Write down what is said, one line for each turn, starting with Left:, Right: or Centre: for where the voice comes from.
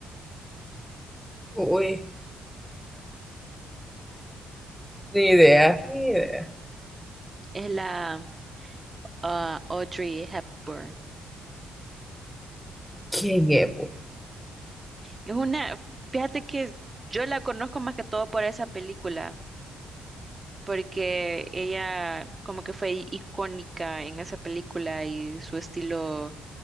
Centre: Uy, ni idea, ni idea.
Right: Es la ah, Audrey Hepburn.
Centre: ¿Quién es? bu?
Right: Es una, fíjate que yo la conozco más que todo por esa película. porque ella como que fue icónica en esa película y su estilo,